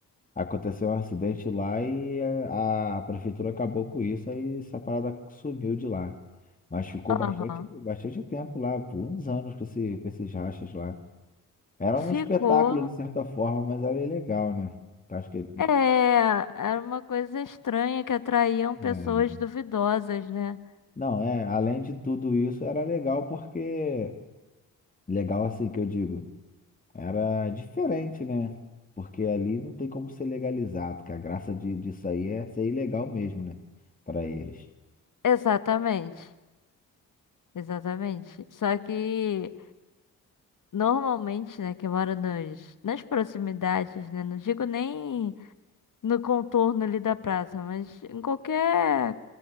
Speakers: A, on the left; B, on the left.
A: Aconteceu um acidente lá e a, a prefeitura acabou com isso, aí essa parada sumiu de lá. Mas ficou
B: Aham.
A: bastante, bastante tempo lá, por uns anos com, esse, com esses rachas lá. Era um
B: Ficou.
A: espetáculo de certa forma, mas era ilegal, né? Eu Acho que
B: É, era uma coisa estranha que atraíam pessoas
A: eh,
B: duvidosas, né?
A: não, é, além de tudo isso, era legal porque. Legal assim que eu digo. Era diferente, né? Porque ali não tem como ser legalizado, que a graça de, disso aí é ser ilegal mesmo, né? Para eles.
B: Exatamente. Exatamente. Só que normalmente, né, que mora nas nas proximidades, né? Não digo nem no contorno ali da praça, mas em qualquer